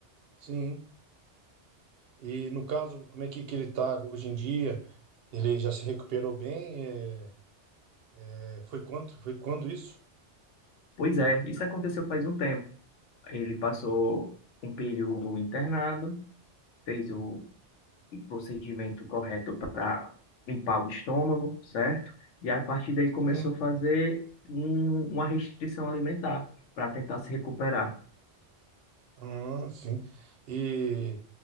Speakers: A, on the right; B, on the left.
A: sim. E no caso, como é que, que ele tá hoje em dia? Ele já se recuperou bem? é, é, foi quando Foi quando isso?
B: Pois é, isso aconteceu faz um tempo. Ele passou um período internado, fez o um procedimento correto para limpar o estômago, certo? E a partir daí começou
A: Sim.
B: a fazer um- uma restrição alimentar para tentar se recuperar.
A: Ah, sim. E